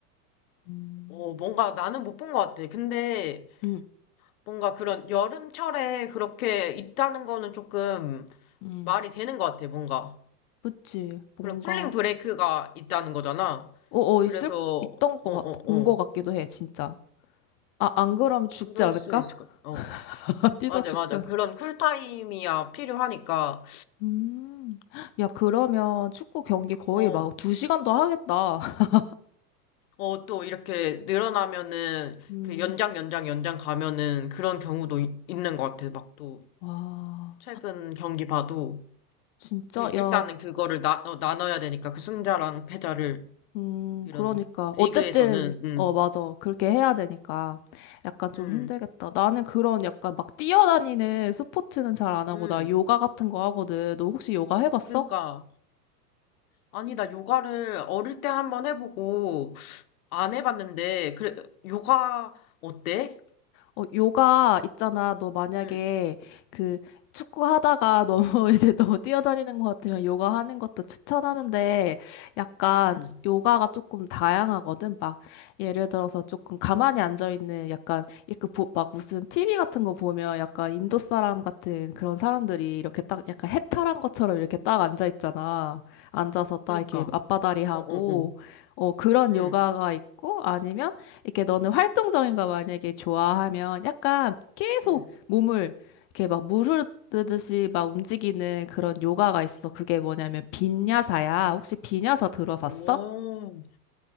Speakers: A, on the left; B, on the left.
A: 음,
B: 어, 뭔가 나는 못 본 것 같아. 근데,
A: 음,
B: 뭔가 그런 여름철에 그렇게 있다는 거는 조금
A: 음.
B: 말이 되는 것 같아, 뭔가.
A: 그치. 뭔가,
B: 그런 쿨링 브레이크가 있다는 거잖아.
A: 어, 어,
B: 그래서,
A: 있을, 있던
B: 어,
A: 거 같,
B: 어,
A: 본
B: 어.
A: 거 같기도 해, 진짜. 아, 안 그러면 죽지
B: 그럴
A: 않을까?
B: 수 있을 것 같아. 어.
A: <laughs> 뛰다
B: 맞아,
A: 죽지
B: 맞아.
A: 않을까?
B: 그런 쿨타임이야 필요하니까,
A: 음, 야, 그러면 축구 경기 거의
B: 어,
A: 막 두 시간도 하겠다. <laughs>
B: 어, 또 이렇게 늘어나면은,
A: 음,
B: 그 연장, 연장, 연장 가면은 그런 경우도 이- 있는 것 같아. 막 또,
A: 와,
B: 최근 경기 봐도,
A: 진짜,
B: 그, 일단은
A: 야,
B: 그거를 나, 어, 나눠야 되니까, 그 승자랑 패자를,
A: 음,
B: 이런,
A: 그러니까.
B: 리그에서는,
A: 어쨌든,
B: 음,
A: 어, 맞아. 그렇게 해야 되니까. 약간 좀
B: 음,
A: 힘들겠다. 나는 그런 약간 막 뛰어다니는 스포츠는 잘 안 하고,
B: 음.
A: 나 요가 같은 거 하거든. 너 혹시 요가 해봤어?
B: 그러니까, 아니, 나 요가를 어릴 때 한번 해보고, 안 해봤는데, 그래, 요가, 어때?
A: 어, 요가 있잖아. 너 만약에
B: 응,
A: 그 축구 하다가 너무 <laughs> 이제 너무 뛰어다니는 것 같으면 요가 하는 것도 추천하는데 약간
B: 응.
A: 주- 요가가 조금 다양하거든. 막 예를 들어서 조금 가만히 앉아 있는 약간 이렇게 보- 막 무슨 TV 같은 거 보면 약간 인도 사람 같은 그런 사람들이 이렇게 딱 약간 해탈한 것처럼 이렇게 딱 앉아 있잖아. 앉아서 딱
B: 그니까,
A: 이렇게 맞바다리 하고
B: 어, 어, 어.
A: 어 그런
B: 응,
A: 요가가 있고 아니면 이렇게 너는 활동적인 거 만약에 좋아하면 약간 계속
B: 응.
A: 몸을 이렇게 막 무르르듯이 막 움직이는 그런 요가가 있어. 그게 뭐냐면 빈야사야. 혹시 빈야사 들어봤어?
B: 오,